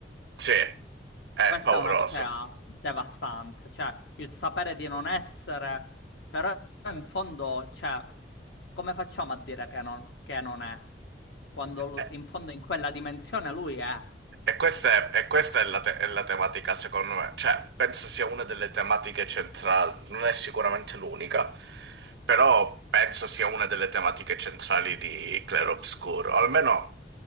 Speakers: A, on the right; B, on the left.
A: sì, è
B: Questa
A: pauroso.
B: è una cosa devastante, cioè il sapere di non essere, però in fondo, cioè, come facciamo a dire che non, che non è? Quando lu-
A: E,
B: in fondo in quella dimensione lui è.
A: e questa è, e questa è la, te- è la tematica, secondo me. Cioè, penso sia una delle tematiche centrali, non è sicuramente l'unica, però penso sia una delle tematiche centrali di Claro Obscuro, almeno